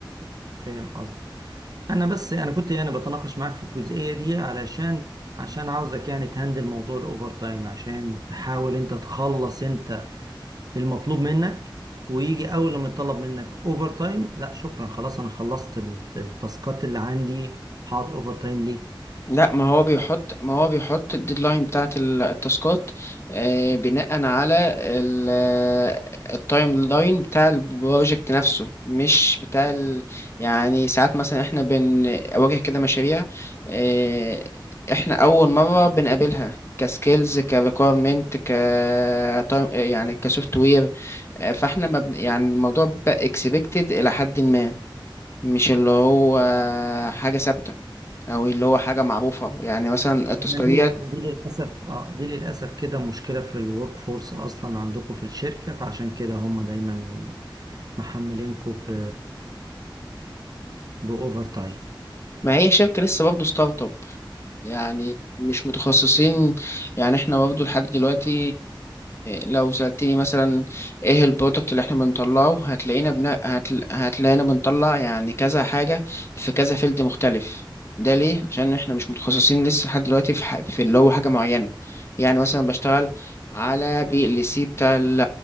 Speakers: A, on the right; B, on the left.
A: فاهم قصدي انا بس انا كنت يعني بتناقش معاك في الجزئيه دي علشان عشان عاوزك يعني تهندل موضوع الاوفر تايم عشان تحاول انت تخلص انت المطلوب منك ويجي اول لما يطلب منك اوفر تايم لا شكرا خلاص انا خلصت ال- التاسكات اللي عندي هقعد اوفر تايم ليه
B: لا ما هو بيحط ما هو بيحط الديدلاين بتاعت ال- التاسكات آه، بناء على ال- التايم لاين بتاع البروجكت نفسه مش بتاع ال... يعني ساعات مثلا احنا بنواجه كده مشاريع آه، احنا اول مرة بنقابلها كسكيلز كريكويرمنت ك time- آه، يعني كسوفت وير فاحنا ما بن- يعني الموضوع بيبقى اكسبكتد الى حد ما مش اللي هو حاجة ثابتة او اللي هو حاجه معروفه يعني مثلا التذكاريات
A: يعني هي دي للاسف اه دي للاسف كده مشكله في الورك فورس اصلا عندكم في الشركه فعشان كده هم دايما محملينكم ب باوفر تايم
B: ما هي شركة لسه برضه ستارت اب يعني مش متخصصين يعني احنا برضه لحد دلوقتي لو سألتني مثلا ايه البرودكت اللي احنا بنطلعه هتلاقينا بنا... هتل... هتلاقينا بنطلع يعني كذا حاجة في كذا فيلد مختلف ده ليه؟ عشان احنا مش متخصصين لسه لحد دلوقتي في, ح... في اللي هو حاجة معينة يعني مثلا بشتغل على بي ال سي بتاع ال-